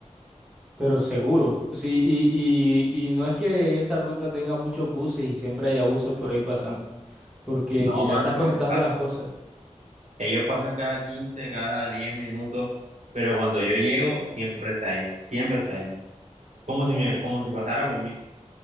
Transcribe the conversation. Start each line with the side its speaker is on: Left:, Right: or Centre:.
Centre: Pero seguro, sí, y, y, y no es que esa ruta tenga muchos buses y siempre haya buses por ahí pasando, porque
Right: No,
Centre: quizás
Right: mano,
Centre: estás
Right: porque
Centre: conectando
Right: pa-
Centre: las cosas.
Right: ellos pasan cada 15, cada 10 minutos, pero cuando yo llego, siempre está ahí, siempre está ahí. como
Centre: Mm.
Right: si me, como si pasara por mí.